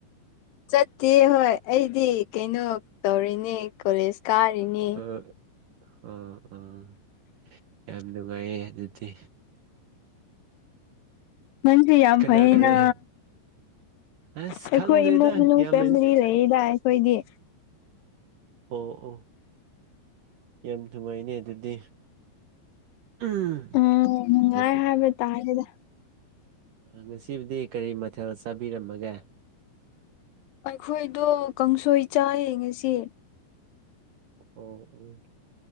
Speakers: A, on the left; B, on the right.
A: ꯆꯠꯇꯦ ꯍꯣꯏ ꯑꯩꯗꯤ ꯀꯩꯅꯣ ꯇꯧꯔꯤꯅꯦ ꯀꯣꯂꯦꯖ ꯀꯥꯔꯤꯅꯦ
B: ꯑꯣ ꯑꯥ ꯌꯥꯝ ꯅꯨꯡꯉꯥꯏꯌꯦ ꯑꯗꯨꯗꯤ
A: ꯅꯪꯁꯦ ꯌꯥꯝ
B: ꯀꯅꯥꯒ
A: ꯐꯩꯌꯦꯅ
B: ꯂꯩ ꯑꯁ
A: ꯑꯩꯈꯣꯏ
B: ꯈꯪꯗ꯭ꯔꯦꯗ
A: ꯏꯃꯨꯡ ꯃꯅꯨꯡ
B: ꯌꯥꯝꯃꯦꯟ
A: ꯐꯦꯃꯤꯂꯤ ꯂꯩꯗ ꯑꯩꯈꯣꯏꯗꯤ
B: ꯑꯣ ꯑꯣ ꯌꯥꯝ ꯅꯨꯡꯉꯥꯏꯅꯦ ꯑꯗꯨꯗꯤ ꯎꯝ
A: ꯎꯝ ꯅꯨꯡꯉꯥꯏ
B: ꯉꯁꯤ
A: ꯍꯥꯏꯕ ꯇꯥꯔꯦꯗ
B: ꯉꯁꯤꯕꯨꯗꯤ ꯀꯔꯤ ꯃꯊꯦꯜ ꯆꯥꯕꯤꯔꯝꯃꯒꯦ
A: ꯑꯩꯈꯣꯏꯗꯣ ꯀꯥꯡꯁꯣꯏ ꯆꯥꯌꯦ ꯉꯁꯤ
B: ꯑꯣ